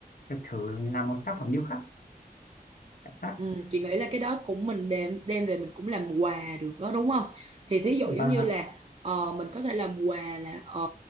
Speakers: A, on the left; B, on the right.
A: được thử làm một tác phẩm điêu khắc, điêu khắc.
B: Ừ, chị nghĩ là cái đó cũng mình đem đem về mình cũng làm quà được đó đúng không? Thì thí dụ
A: vâng
B: giống như
A: ạ
B: là ờ, mình có thể làm quà là ờ,